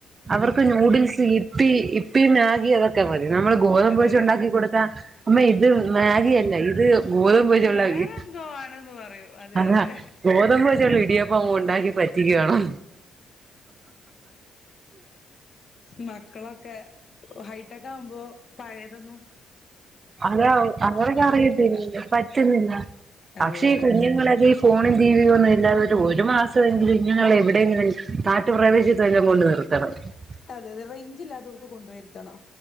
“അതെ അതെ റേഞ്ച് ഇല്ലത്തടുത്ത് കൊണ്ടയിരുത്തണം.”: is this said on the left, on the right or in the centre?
Left